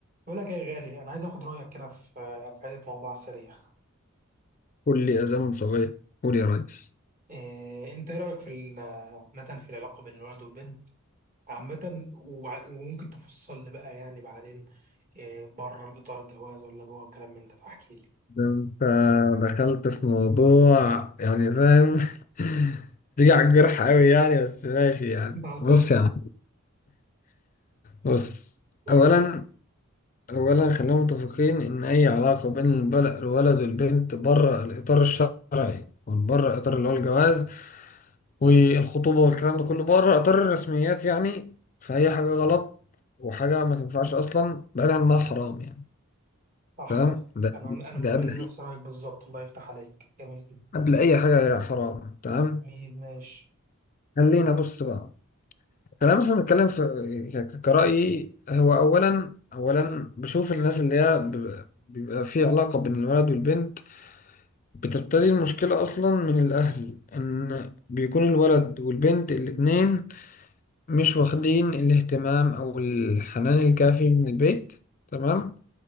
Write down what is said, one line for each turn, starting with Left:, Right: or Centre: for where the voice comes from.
Right: بقول لك إيه يا غالي انا عايز اخد رايك كده في في حته موضوع سريع
Left: كل أذان صغير قول يا ريس
Right: إيه انت إيه رايك في ال- عامه في العلاقه بين الولد والبنت عامه وبع- وممكن تفصل لي بقى يعني بعدين إيه بره الاطار الجواز ولا جوه وكلام من ده فاحكي لي
Left: ده أنت دخلت في موضوع يعني فاهم <laughs> تيجي على الجرح أوي يعني بس ماشي يعني
Right: جيت على الباي
Left: بص يا عم بص
Right: قول
Left: أولا
Right: يا غالي
Left: أولا خلينا متفقين إن أي علاقة بين البل- الولد والبنت بره الإطار الشرعي بره الإطار اللي هو الجواز والخطوبة والكلام ده كله بره إطار الرسميات يعني فهي حاجة غلط وحاجة ما تنفعش أصلا بعيد عن إنها حرام يعني
Right: صح
Left: تمام
Right: يا أخي.
Left: ده
Right: انا انا متبني
Left: ده قبل
Right: نفس رايك بالظبط الله يفتح عليك جميل جدا
Left: قبل اي حاجه يا حرام تمام
Right: جميل ماشي
Left: خلينا بص بقى خلينا مثلا نتكلم في ك- ك- كرأيي هو اولا اولا بشوف الناس اللي هي ب- بيبقى في علاقه بين الولد والبنت بتبتدي المشكله اصلا من الاهل ان بيكون الولد والبنت الاتنين مش واخدين الاهتمام او الحنان الكافي من البيت تمام